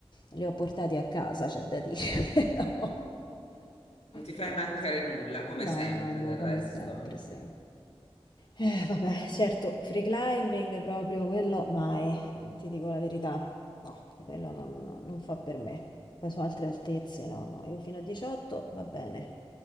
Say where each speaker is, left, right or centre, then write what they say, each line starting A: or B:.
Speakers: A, on the left (about 45°); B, on the left (about 80°).
A: li ho portati a casa, c'è da dire, <laughs> però.
B: non ti fai
A: però,
B: mancare
A: insomma.
B: nulla, come
A: No,
B: sempre
A: no, no,
B: del
A: come
B: resto.
A: sempre, sì.
B: eh.
A: Eh, vabbè, certo, free climbing proprio quello mai, ti dico la verità, no, quello non, non fa per me. Poi su altre altezze, no, no, io fino a 18 va bene,